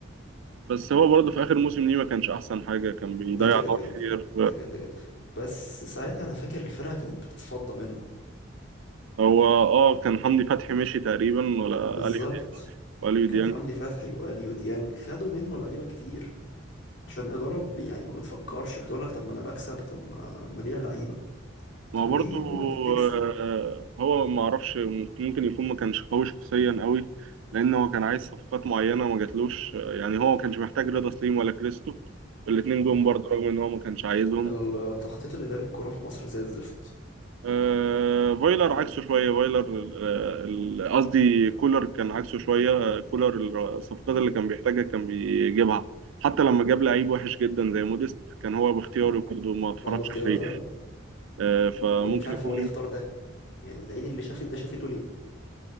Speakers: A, on the right; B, on the left.
A: بس هو برضه في آخر موسم ليه ما كانش أحسن حاجة كان بيضيع
B: ده كده
A: نقط
B: كده بصراحة
A: كتير
B: ده كده كده بس ساعتها انا فاكر الفرقة كانت بتتفضى منه
A: هو اه كان حمدي فتحي مشي تقريبا ولا
B: بالظبط
A: اليو ديانج واليو
B: كان
A: ديانج
B: حمدي فتحي واليو ديانج خدوا منه لعيبة كتير عشان إدارة ب- يعني ما بتفكرش بتقول لك طب ما انا بكسب طب ما ما بيع لعيبة
A: ما
B: طب
A: برضو
B: ليه يا ابني ما انت بتكسب
A: آه، هو ما اعرفش ممكن يكون ما كانش قوي شخصيا قوي لان هو كان عايز صفقات معينه ما جاتلوش يعني هو ما كانش محتاج رضا سليم ولا كريستو والاتنين جم
B: م.
A: برضه رغم ان هو ما كانش عايزهم
B: التخطيط الإداري الكرة في مصر زي الزفت
A: آه، فايلر عكسه شوية فايلر آه، ال- قصدي كولر كان عكسه شوية كولر الصفقات اللي كان بيحتاجها كان بيجيبها حتى لما جاب لعيب وحش جدا زي موديست كان هو باختياره
B: م.
A: برضه ما اتفرجش
B: انا باختياره
A: عليه
B: فعلا
A: آه، فممكن
B: لاني مش عارف
A: يكون
B: هو ليه اختار ده يعني لقيني اللي شافت ده شافته ليه